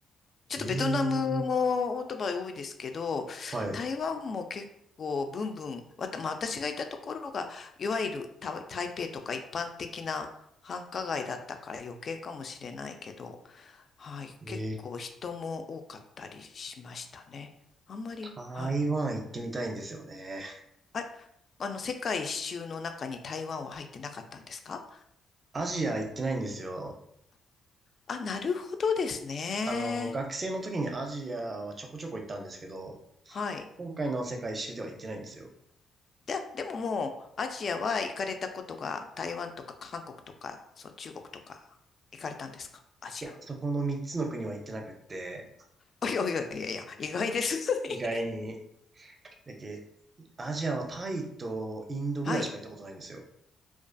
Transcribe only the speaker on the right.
ええーはい。
ええー
台湾行ってみたいんですよね。
アジア行ってないんですよ。
あの、学生の時にアジアはちょこちょこ行ったんですけど、
今回の世界一周では行ってないんですよ。
いや、そこの3つの国は行ってなくって、
意外に、だけ、アジアはタイとインドぐらいしか行ったことないんですよ。